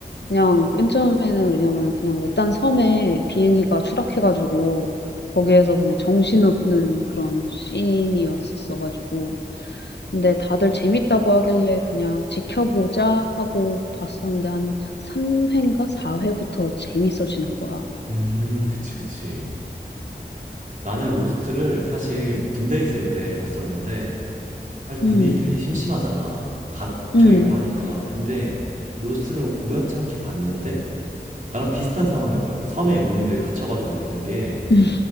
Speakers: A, on the left; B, on the right.
A: 그냥 맨 처음에는 왜냐면 그냥 외딴 섬에 비행기가 추락해가지고 거기에서 그냥 정신없는 그런 씬이었었어가지고 근데 다들 재밌다고 하길래 그냥 지켜보자 하고 봤었는데 한 3회인가 4회부터 재밌어지는 거야.
B: 음, 그치, 그치. 나는 로스트를 사실 군대에 있을 때 봤었는데, 사실 군인이
A: 음,
B: 되게 심심하잖아. 갇혀있고
A: 음,
B: 하니까. 근데, 로스트를 우연찮게 봤는데, 나랑 비슷한 상황인 거야. 그 섬에 무인도에 갇혀가지고 있는 게,
A: 음,